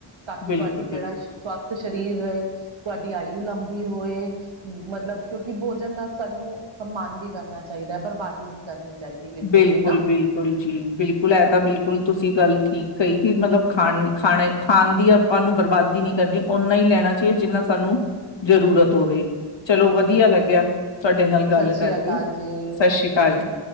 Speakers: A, on the right; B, on the left.
A: ਤਾਂ ਕਿ
B: ਬਿਲਕੁਲ-ਬਿਲਕੁਲ
A: ਤੁਹਾਡੀ ਜਿਹੜਾ ਸਵਾਰਥ ਸਰੀਰ ਰਹੇ। ਤੁਹਾਡੀ ਆਯੂ ਲੰਬੀ ਹੋਏ ਮਤਲਬ ਕਿਉਂਕਿ ਭੋਜਨ ਦਾ ਸਾਨੂੰ ਸਨਮਾਨ ਵੀ ਕਰਨਾ ਚਾਹੀ ਬਰਬਾਦੀ ਨਹੀਂ ਕਰਨੀ। ਚਾਹੀਦੀ
B: ਬਿਲਕੁਲ
A: ਵੀ ਨਾ
B: -ਬਿਲਕੁਲ ਜੀ ਬਿਲਕੁਲ ਇਹ ਤਾਂ ਬਿਲਕੁਲ ਤੁਸੀਂ ਗੱਲ ਠੀਕ ਕਹੀ ਕਿ ਮਤਲਬ ਖਾਣੀ ਖਾਣੇ ਖਾਣ ਦੀ ਆਪਾਂ ਨੂੰ ਬਰਬਾਦੀ ਨਹੀਂ ਕਰਨੀ ਓਨਾ ਹੀ ਲੈਣਾ ਚਾਹੀਦਾ ਜਿੰਨਾ ਸਾਨੂੰ ਜ਼ਰੂਰ ਜ਼ਰੂਰਤ ਹੋਵੇ। ਚਲੋ ਵਧੀਆ ਲੱਗਿਆ ਤੁਹਾਡੇ ਨਾਲ ਗੱਲ
A: ਸਤਿ
B: ਕਰਕੇ
A: ਸ੍ਰੀ ਅਕਾਲ
B: ਸਤਿ
A: ਜੀ
B: ਸ੍ਰੀ ਅਕਾਲ ਜੀ।